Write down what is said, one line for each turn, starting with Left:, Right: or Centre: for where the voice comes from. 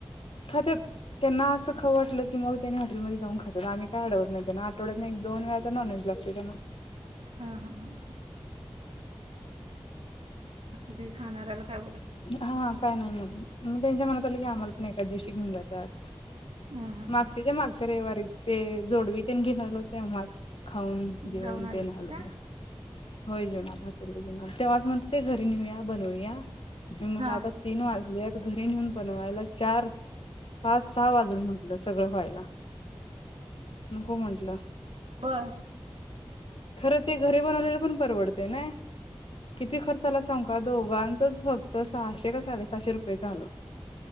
Left: खात्यात त्यांना अस खाऊ वाटलं. मग त्यानी हॉटेलमध्ये जाऊन खात्यात आम्ही काय अडवत नाही त्यांना आठवड्यात एक दोन वेळा तर नॉनव्हेज लागते त्यांना.
Right: हम हम हम. असू दे खाणाऱ्याला काय
Left: हा हा काय नाही मग त्यांच्या मनात आलं की आम्हाला पण एक त्यादिवशी घेऊन जातात.
Right: बोलायचं
Left: मागच्याच्या मागच्या रविवारी ते जोडवी तेन घेणार होते तेव्हाच, खाऊन जेवून
Right: जाऊन आलीस
Left: तेन आलो
Right: का
Left: मग होय हॅाटेल ला जेवून आलो. तेव्हाच म्हणत होती घरी नेऊया बर होईल. या मला
Right: हा
Left: आता तीन वाजल्यात घरी जाऊन बनवायला चार, पाच, सहा वाजल म्हंटल सगळं व्हायला. नको म्हंटलं,
Right: बर
Left: खरं ते घरी बनवलेले पण परवड ते ना किती खर्चा आला सांगू का दोघांचच फक्त सहाशे का साडेसहाशे रुपये झालं